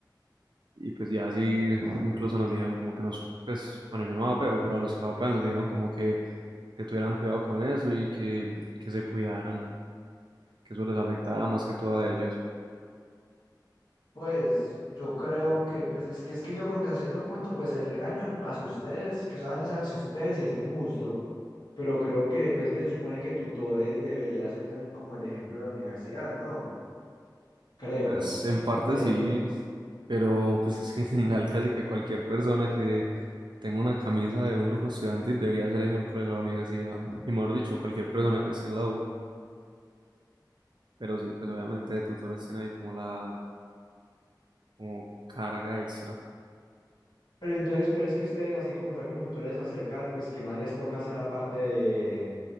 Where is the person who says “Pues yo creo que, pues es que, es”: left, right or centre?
Left